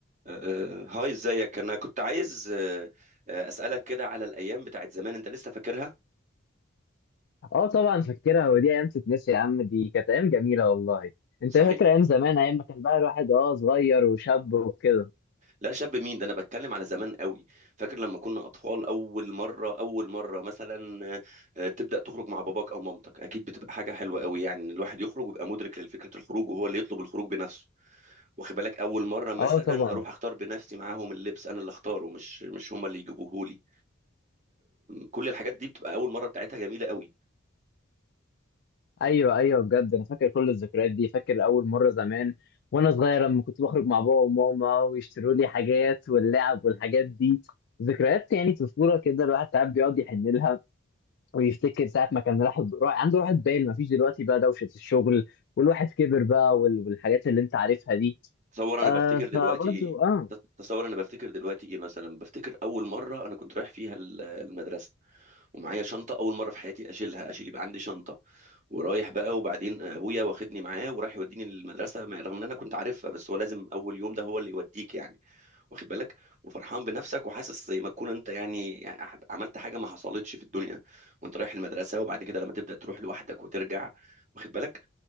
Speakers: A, on the right (about 40°); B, on the left (about 55°).
A: آه، هاي ازيك انا كنت عايز آه، آه، اسالك كده على الايام بتاعت زمان انت لسه فاكرها
B: اه طبعا فاكرها ودي ايام تتنسي يا عم دي كانت ايام جميله والله انت
A: صحيح
B: فاكر ايام زمان ايام ما كان بقى الواحد اه صغير وشاب وكده
A: لا شاب مين ده انا بتكلم على زمان قوي فاكر لما كنا اطفال اول مره اول مره مثلا آه، آه، تبدا تخرج مع باباك او مامتك اكيد بتبقى حاجه حلوه قوي يعني ان الواحد يخرج ويبقى مدرك لفكره الخروج وهو اللي يطلب الخروج بنفسه واخد بالك اول مره مثلا
B: اه طبعا
A: اروح اختار بنفسي معاهم اللبس انا اللي اختاره مش مش هما اللي يجيبوه لي كل الحاجات دي بتبقى اول مره بتاعتها جميله قوي
B: ايوه ايوه بجد انا فاكر كل الذكريات دي فاكر اول مره زمان وانا صغير لما كنت بخرج مع بابا وماما ويشتروا لي حاجات واللعب والحاجات دي ذكريات يعني طفوله كده الواحد ساعات بيقعد يحن لها ويفتكر ساعه ما كان راح راح- عنده راحه بال ما فيش دلوقتي بقى دوشه الشغل والواحد كبر بقى وال- والحاجات اللي انت عارفها دي
A: تصور انا
B: آه
A: بفتكر
B: فبرضو
A: دلوقتي ايه
B: اه
A: ت- تصور انا بفتكر دلوقتي ايه مثلا بفتكر اول مره انا كنت رايح فيها ال- المدرسه ومعايا شنطه اول مره في حياتي اشيلها اشيل يبقى عندي شنطه ورايح بقى وبعدين ابويا واخدني معاه وراح يوديني للمدرسه مع- رغم ان انا كنت عارفها بس هو لازم اول يوم ده هو اللي يوديك يعني واخد بالك وفرحان بنفسك وحاسس زي ما تكون انت يعني يعني ح- عملت حاجه ما حصلتش في الدنيا وانت رايح المدرسه وبعد كده لما تبدا تروح لوحدك وترجع واخد بالك